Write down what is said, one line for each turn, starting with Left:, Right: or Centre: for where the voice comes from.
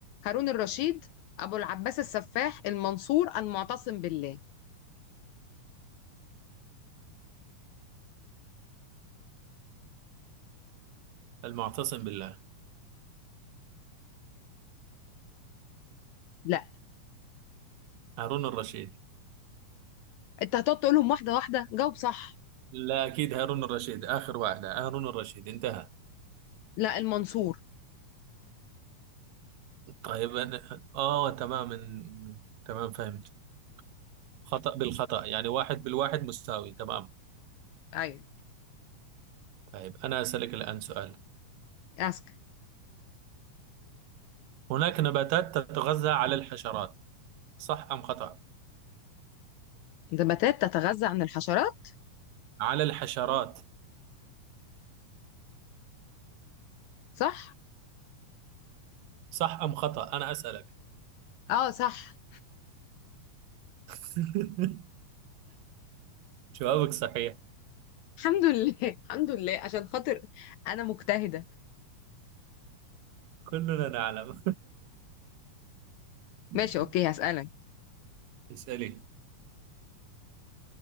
Left: هارون الرشيد ابو العباس السفاح المنصور المعتصم بالله
Right: المعتصم بالله
Left: لا
Right: هارون الرشيد
Left: انت هتقعد تقولهم واحدة واحدة جاوب صح
Right: لا أكيد هارون الرشيد آخر واحدة هارون الرشيد انتهى
Left: لا المنصور
Right: طيب أنا آه تمام تمام فهمت خطأ بالخطأ يعني واحد بالواحد مساوي تمام
Left: ايوه
Right: طيب أنا أسألك الآن سؤال
Left: اسكت
Right: هناك نباتات تتغذى على الحشرات صح أم خطأ
Left: نباتات تتغذى عن الحشرات
Right: على الحشرات
Left: صح
Right: صح أم خطأ أنا أسألك
Left: اه صح
Right: <laughs> جوابك صحيح
Left: الحمد لله <laughs> الحمد لله عشان خاطر انا مجتهدة
Right: كلنا نعلم <laughs>
Left: ماشي اوكي هسألك
Right: اسألي